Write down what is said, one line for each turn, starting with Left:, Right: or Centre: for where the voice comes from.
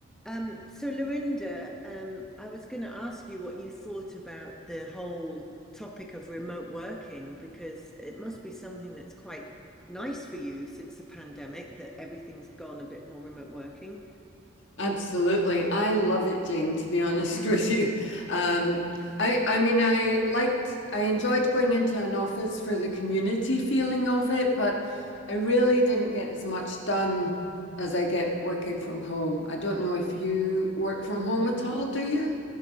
Centre: Um, so Lorinda, um, I was going to ask you what you thought about the whole topic of remote working because it must be something that's quite nice for you since the pandemic that everything's gone a bit more remote working.
Left: Absolutely. I love it, Jane, to be honest <laughs> with you. Um, I I mean I liked I enjoyed going into an office for the community feeling of it, but I really didn't get as much done as I get working from home. I don't know if you work from home at all, do you?